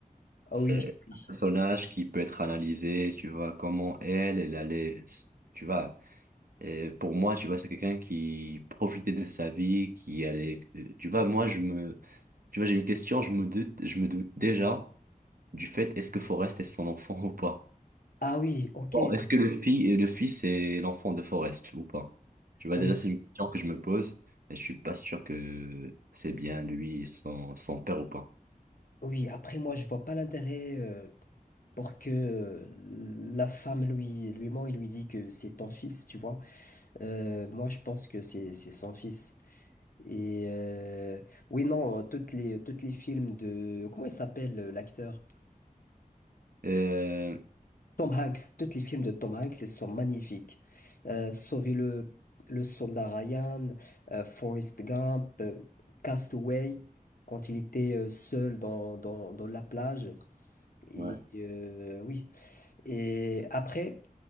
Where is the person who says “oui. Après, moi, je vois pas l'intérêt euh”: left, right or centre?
Left